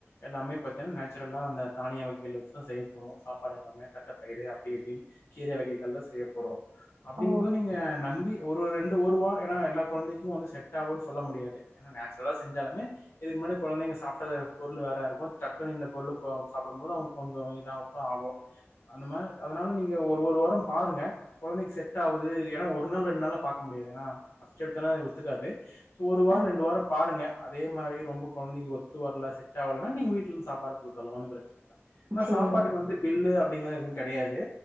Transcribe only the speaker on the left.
எல்லாமே பன்னா நேச்சுரலா அந்த தானியம் வகை வச்சிதான் செய் போறோம் சாப்பாடு எல்லாமே தட்டைப்பயிர் அப்படி இப்டின்னு கீரை வகைகள் தான் செய்ய போறோம் அப்படிங்கும்போது
நீங்க நம்பி ஒரு ரெண்டு ஒருவ ஏன்னா எல்லா குழந்தை செட் ஆவுனு சொல்ல முடியாது நேச்சுரலா செஞ்சாலுமேஇதுக்முன்னாடிகுழந்தைங்க சாப்டத பொருத்து வேற இருக்கும் டக்குனு இந்த பொருள் சாப்டும் போது கொஞ்சோ இதாதா ஆகும் அதனால நீங்க ஒரு வாரம் பாருங்க குழை செட்ஆவுது ஒரு நாள் ரெண்டு பாக்க முடியாது ஏற்கனவே ஒத்துக்காது ஒரு வாரம்
ரெண்டு வாரம் பாருங்க அதே மாரி மாதிரி ரொம்ப குழந்தைக்கு ஒத்து வரல செட் ஆவல நீங்க வீட்டுல இருந்து சாப்பாடுத்தலக்கு பிரச்சனை ஆனா
சாப்பாட்டுக்கு வந்து பில்லு அப் எதுவும் கிடையாது